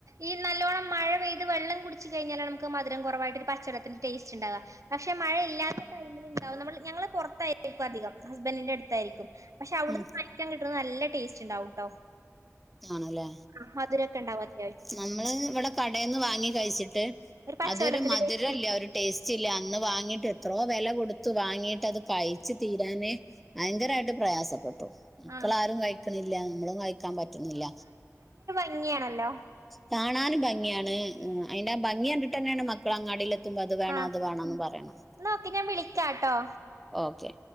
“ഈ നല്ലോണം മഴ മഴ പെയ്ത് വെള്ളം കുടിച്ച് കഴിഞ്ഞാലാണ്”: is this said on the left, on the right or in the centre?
Right